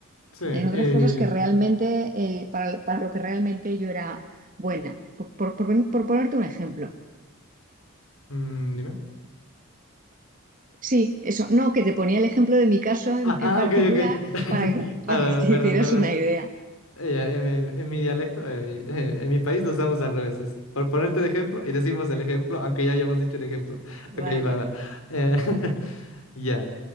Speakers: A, on the left; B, on the right.
A: Sí,
B: en otras
A: eh,
B: cosas que realmente, eh, para, para lo que realmente yo era buena. Por, por- por- por ponerte un ejemplo.
A: mm, dime.
B: Sí, eso. No, que te ponía el ejemplo de mi caso en,
A: Ah,
B: en
A: ah,
B: particular
A: ok, ok. <laughs>
B: para que,
A: Ah,
B: para que te
A: perdón,
B: hicieras
A: perdón.
B: una idea.
A: Eh, ya, en, en- en mi dialecto, en mi, eh, en mi país lo usamos al revés. es por ponerte de ejemplo y decimos el ejemplo, aunque ya hayamos dicho el ejemplo.
B: Vale,
A: Ok, va, va. Eh, <laughs> Ya,